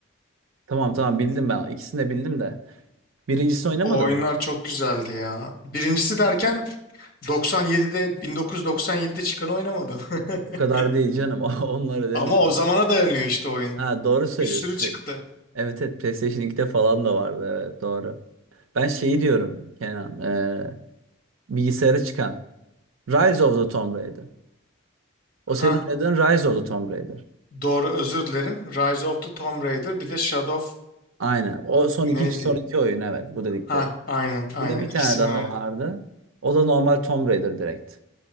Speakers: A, on the right; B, on the left.
A: Tamam tamam bildim ben. İkisini de bildim de. Birincisini oynamadın
B: O oyunlar
A: mı?
B: çok güzeldi ya. Birincisi derken 97'de 1997'de çıkanı oynamadım. <laughs>
A: O kadar değil canım. <laughs> Onları demiyorum.
B: Ama o zamana dayanıyor işte oyun.
A: Ha doğru söylüyorsun.
B: Bir sürü
A: Pla-
B: çıktı.
A: evet evet PlayStation 2'de falan da vardı. Evet doğru. Ben şeyi diyorum Kenan. Ee, bilgisayara çıkan. Rise of the Tomb Raider. O
B: Ha,
A: senin oynadığın Rise of the Tomb Raider.
B: doğru özür dilerim. Rise of the Tomb Raider bir de Shadow of
A: Aynen. O son
B: neydi?
A: iki, son iki oyun evet bu dedikleri.
B: Ha, aynen aynen
A: Bir de bir
B: ikisini
A: tane daha
B: oynadım.
A: vardı. O da normal Tomb Raider direkt.